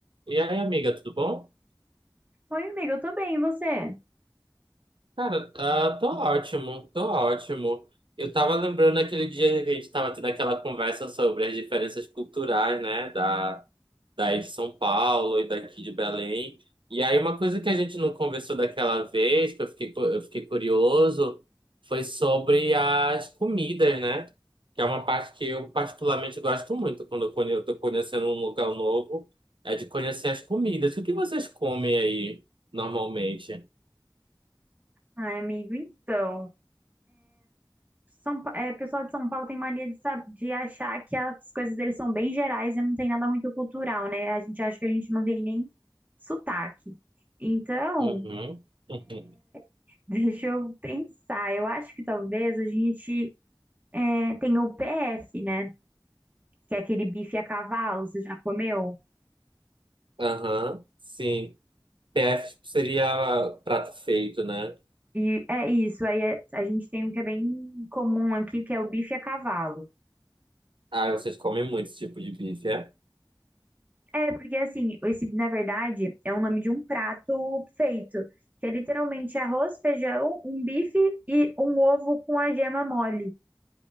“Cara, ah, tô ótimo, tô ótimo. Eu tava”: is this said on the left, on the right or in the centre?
Right